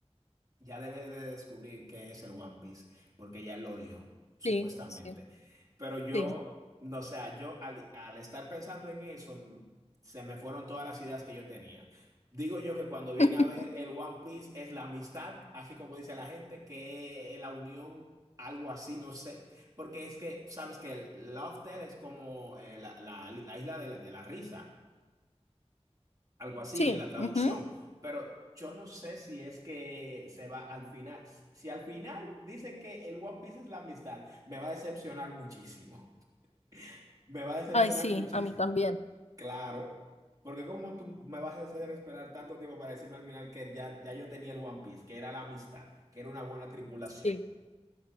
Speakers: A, on the right; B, on the left.
A: Ya debe de descubrir qué es el One Piece, porque ya él lo dijo, supuestamente.
B: Sí, sí,
A: Pero yo,
B: sí.
A: no o sea, yo al, al estar pensando en eso, mm, se me fueron todas las ideas que yo tenía. Digo yo que cuando viene
B: <laughs>
A: a ver el One Piece es la amistad, así como dice la gente, que es la unión, algo así, no sé. Porque es que, sabes que el Love Tale es como eh, la, la- la isla de la, de la risa algo así
B: Sí,
A: en la traducción,
B: ujú.
A: pero yo no sé si es que se va al final, si al final dicen que el One Piece es la amistad, me va a decepcionar muchísimo, <laughs> me va a decepcionar
B: Ay, sí,
A: muchísimo,
B: a mí también.
A: claro, porque como tú me vas a hacer esperar tanto tiempo para decirme al final que ya, ya yo tenía el One Piece, que era la amistad, que era una buena tripulación,
B: Sí.